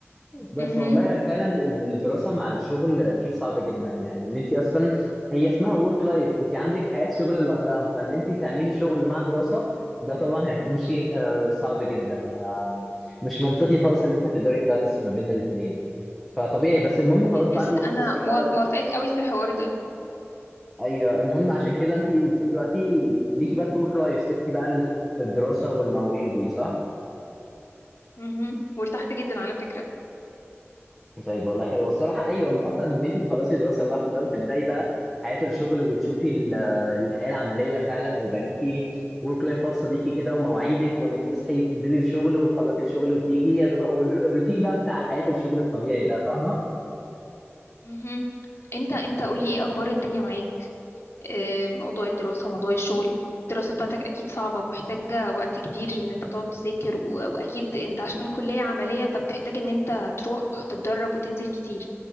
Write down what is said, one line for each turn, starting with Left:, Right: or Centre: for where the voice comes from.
Centre: بس
Left: مهم.
Centre: والله يعني فعلا ال- الدراسه مع الشغل شيء صعب جدا يعني ان انت اصلا هي اسمها ورك لايف انت عندك حياه شغل لوحدها فان انت تعملي شغل مع دراسه ده طبعا هيكون شيء آه، صعب جدا فمش منطقي خالص ان انت هتقدري تبالانسي ما بين الاثنين فطبيعي بس المهم خلاص بعد
Left: يس
Centre: ما خلصتي
Left: انا مو-
Centre: بقى
Left: موافقاك قوي في الحوار ده
Centre: ايوه المهم عشان كده انت المفروض دلوقتي ليكي بس ورك لايف سبتي بقى ال- الدراسه والمواويل دي صح؟
Left: مهم. وارتحت جدا على فكرة
Centre: طيب والله حلو والصراحة أيوة أصلا إن أنت تخلصي دراسة لوحده ده وتبدأي بقى حياة الشغل وتشوفي ال- الحياة العملية فعلا ويبقى ليكي ورك لايف خاصة بيكي كده ومواعيدك وإنك تصحي تنزلي الشغل وتخلصي الشغل وتيجي يا دوب الروتين بقى بتاع حياة الشغل الطبيعي ده فاهمة؟
Left: مهم. انت انت قولي ايه اخبار الدنيا معاك آه، موضوع الدراسة وموضوع الشغل الدراسة بتاعتك اكيد صعبة ومحتاجة وقت كبير ان انت تقعد تذاكر و- واكيد انت عشان كلية عملية فبتحتاج ان انت تروح تتدرب وتنزل كتير